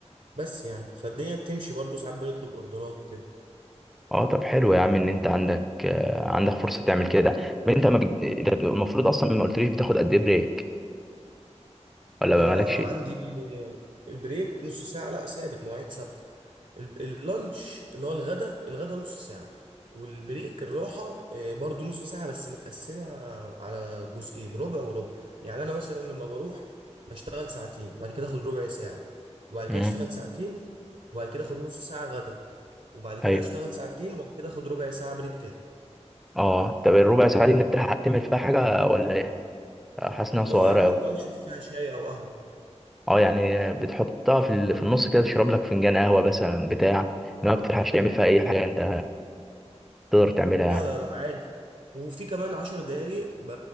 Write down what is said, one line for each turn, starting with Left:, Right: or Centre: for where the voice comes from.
Right: بس يعني فالدنيا بتمشي برضو ساعات بنطلب أوردرات وكده
Centre: اه طب حلو يا عم ان انت عندك آه، عندك فرصه تعمل كده طب انت ما بج... انت المفروض اصلا ما قلتليش بتاخد قد ايه بريك ولا ما
Right: أنا
Centre: مالكش
Right: عندي آه، البريك نص ساعة لا ثابت مواعيد ثابتة ال- اللانش اللي هو الغدا الغدا نص ساعة والبريك الراحة آه، برضو نص ساعة بس متقسمة على جزئين ربع وربع يعني أنا مثلا لما بروح بشتغل ساعتين وبعد كده أخد ربع ساعة وبعد كده
Centre: امم
Right: أشتغل ساعتين وبعد كده أخد نص ساعة غدا وبعد كده
Centre: ايوه
Right: أشتغل ساعتين وبعد كده أخد ربع ساعة بريك تاني
Centre: اه طب الربع ساعه دي انت بتلحق تعمل فيها حاجه ولا ايه آه، حاسس انها صغيره
Right: أه يا عم
Centre: قوي
Right: ممكن أشرب فيها شاي أو قهوة
Centre: اه يعني بتحطها في ال... في النص كده تشرب لك فنجان قهوه مثلا بتاع ما بتلحقش تعمل فيها اي حاجه انت تقدر تعملها
Right: لا
Centre: يعني
Right: لا لا عادي وفي كمان عشر دقايق ب-